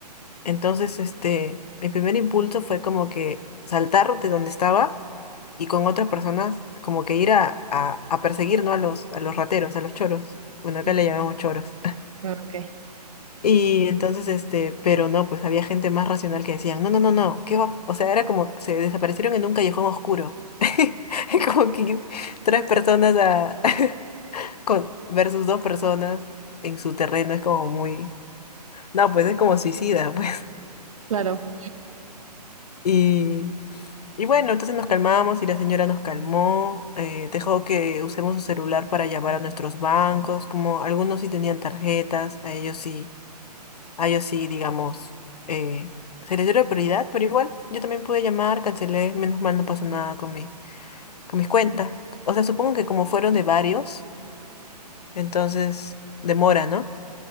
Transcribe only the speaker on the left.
Entonces, este, mi primer impulso fue como que saltar de donde estaba y con otras personas como que ir a, a, a perseguir, ¿no? A los, a los rateros, a los choros. Bueno, acá
le llamamos choros. <laughs>
Y entonces, este, pero no, pues había gente más racional que decían, no, no, no, no, ¿qué va? O sea, era como, se desaparecieron en un callejón oscuro. <laughs> Como que tres personas a, <laughs> con, versus dos personas en su terreno es como muy, no, pues es como suicida, pues.
Y Y bueno, entonces nos calmamos y la señora nos calmó, eh, dejó que usemos su celular para llamar a nuestros bancos, como algunos sí tenían tarjetas, a ellos sí, a ellos sí, digamos, eh, se les dio la prioridad, pero igual yo también pude llamar, cancelé, menos mal no pasó nada con mi, con mis cuentas. O sea, supongo que como fueron de varios, entonces demora, ¿no?